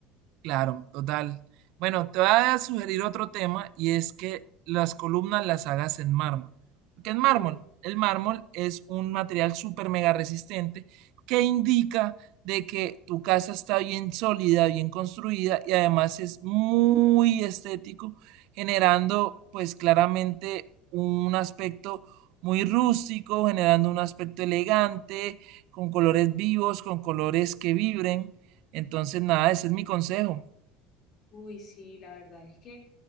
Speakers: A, on the right (about 60°); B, on the left (about 35°).
A: Claro, total. Bueno, te voy a sugerir otro tema y es que las columnas las hagas en mármol. ¿Por qué en mármol?
B: Uf,
A: El mármol es un material súper mega resistente que indica de que tu casa está bien sólida, bien construida y además es muy estético, generando pues claramente un aspecto muy rústico, generando un aspecto elegante, con colores vivos, con colores que vibren. Entonces, nada, ese es mi consejo.
B: uy, sí, la verdad es que